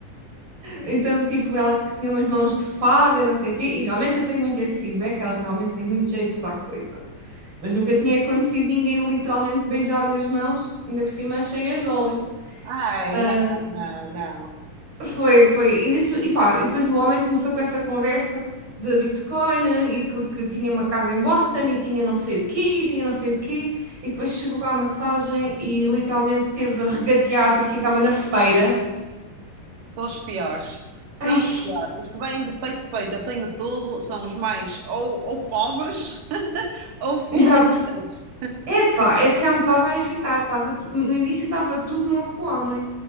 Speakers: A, on the right; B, on the right.
A: Então, tipo, ela que tinha umas mãos de fada e não sei o quê, e realmente eu tenho muito esse feedback, ela realmente tem muito jeito para a coisa. Mas nunca tinha acontecido ninguém literalmente beijar-lhe as mãos, ainda por cima cheias de óleo.
B: Ai,
A: Ah,
B: não, não, não.
A: foi, foi. E, nesse- e pá, e depois o homem começou com essa conversa de Bitcoin e porque tinha uma casa em Boston e tinha não sei o quê, e tinha não sei o quê, e depois chegou à massagem e literalmente teve a regatear, parecia que estava na feira.
B: São os piores.
A: Ai,
B: Piores. Os que vêm de peito feito, eu tenho tudo, são os mais ou, ou pobres <laughs> ou forretas.
A: exato, Epá, é que já me estava a irritar. Estava tu- No início estava tudo mal com o homem.